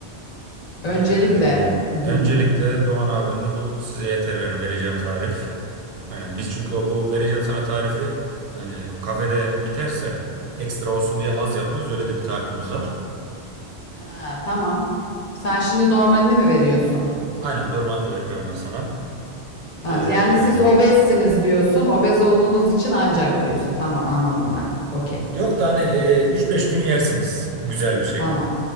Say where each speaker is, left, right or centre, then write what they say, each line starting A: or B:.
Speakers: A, on the left; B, on the right.
A: Öncelikle.
B: Ee,
A: <laughs>
B: öncelikle Doğan abimle bu size yeter benim vereceğim tarif. Aynen biz çünkü o bu vereceğim sana tarifi hani kafede biterse ekstra olsun diye az yapıyoruz. Öyle de bir tarifimiz var.
A: Ha, tamam. Sen şimdi normalini mi veriyorsun?
B: Aynen normalini vereceğim ben sana.
A: Ha,
B: Ee,
A: yani siz obezsiniz diyorsun. Obez olduğunuz için ancak diyorsun. Tamam anladım ben. Okey.
B: yok da hani e, 3-5 gün yersiniz. Bu güzel bir şey.
A: Tamam.